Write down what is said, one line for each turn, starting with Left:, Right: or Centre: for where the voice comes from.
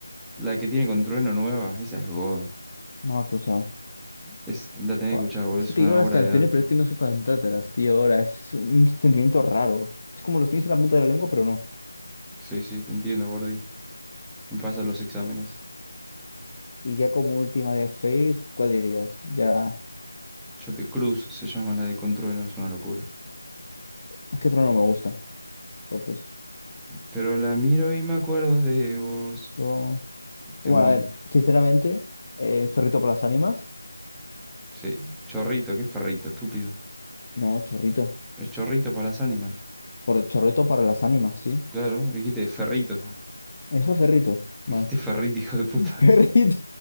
Centre: La que tiene con Trueno nueva, esa es God.
Left: no lo he escuchado.
Centre: Es, la tenés
Left: Buah,
Centre: que escuchar, boludo,
Left: Es
Centre: es
Left: que te
Centre: una
Left: digo las
Centre: obra
Left: canciones,
Centre: de arte.
Left: pero es que no sé cantártelas, tío. Ahora es un sentimiento raro. Es como los tienes en la punta de la lengua, pero no.
Centre: Sí, sí, te entiendo, Gordy. Me pasan los exámenes.
Left: Y ya como última de Faith, ¿cuál dirías? Ya.
Centre: Yo te Cruz se llama la de con Trueno, es una locura.
Left: Es que Trono no me gusta. Entonces.
Centre: Pero la miro y me acuerdo de vos.
Left: yo- Bueno,
Centre: Temón.
Left: a ver, sinceramente, eh, chorrito para las ánimas.
Centre: Sí. Chorrito, ¿qué es ferrito, estúpido?
Left: No, chorrito.
Centre: Es chorrito para las ánimas.
Left: Por chorrito para las ánimas, sí.
Centre: Claro, dijiste ferrito. <laughs>
Left: Dijo ferrito. Bueno.
Centre: Dijiste ferrito, hijo de puta.
Left: <laughs> Ferrito.